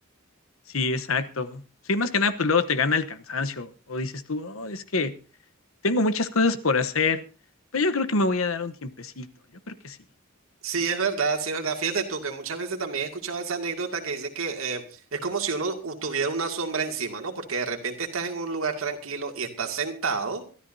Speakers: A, on the left; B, on the right.
A: Sí, exacto. Sí, más que nada, pues luego te gana el cansancio o dices tú, "Oh, es que tengo muchas cosas por hacer, pero yo creo que me voy a dar un tiempecito, yo creo que sí.
B: Sí, es verdad, sí, es verdad. Fíjate tú que muchas veces también he escuchado esa anécdota que dice que eh, es como si uno u- tuviera una sombra encima, ¿no? Porque de repente estás en un lugar tranquilo y estás sentado